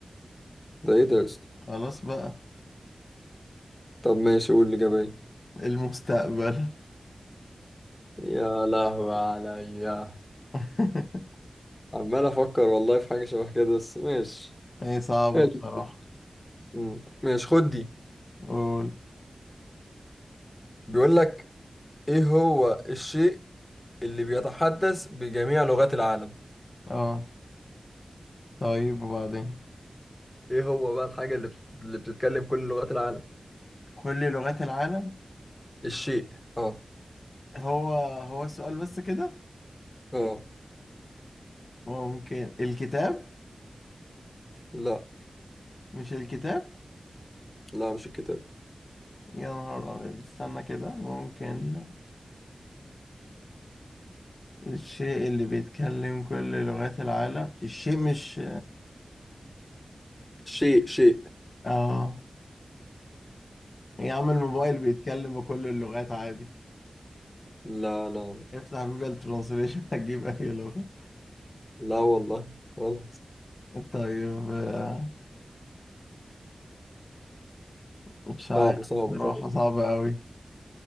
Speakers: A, on the left; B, on the left.
A: ده إيه ده يا اسطى
B: خلاص بقى
A: طب ماشي قول الإجابة إيه
B: المستقبل
A: يا لهوي عليا
B: <laughs>
A: عمال أفكر والله في حاجة شبه كده بس ماشي
B: هي صعبة
A: ماشي
B: بصراحة
A: مم. ماشي خد دي
B: قول
A: بيقول لك إيه هو الشيء اللي بيتحدث بجميع لغات العالم
B: اه طيب وبعدين
A: ايه هو بقى الحاجة اللي بت... اللي بتتكلم كل لغات العالم
B: كل لغات العالم
A: الشيء اه
B: هو هو السؤال بس كده
A: اه
B: ممكن الكتاب
A: لا
B: مش الكتاب
A: لا مش الكتاب
B: يا نهار أبيض استنى كده ممكن الشيء اللي بيتكلم كل لغات العالم الشيء مش
A: شيء شيء
B: اه يا عم الموبايل بيتكلم بكل اللغات عادي
A: لا لا
B: افتح جوجل ترانسليشن <laughs> هتجيب أي لغة
A: لا والله غلط
B: طيب آه، مش عارف
A: صعب صعب
B: بصراحة
A: صعب
B: صعبة أوي